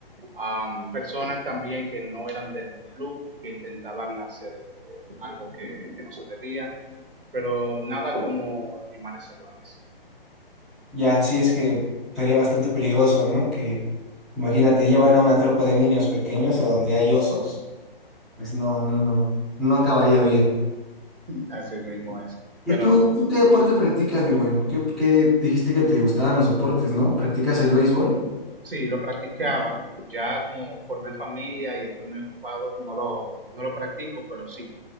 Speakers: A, on the right; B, in the centre.
A: um, personas también que no eran del club, que intentaban hacer eh, algo que, que no se debía, pero nada como animales salvajes.
B: Ya, sí es que sería bastante peligroso, ¿no? Que, imagínate, llevan a una tropa de niños pequeños a donde hay osos. Pues no, no, no, no acabaría bien.
A: Así mismo es.
B: ¿Y
A: Pero
B: tú, tú qué
A: sí,
B: deporte practicas, mi buen? ¿Qué, qué dijiste que te gustaban los deportes, ¿no? ¿Practicas el béisbol?
A: sí, lo practicaba. Ya como formé familia y estoy muy ocupado, no lo, no lo practico, pero sí,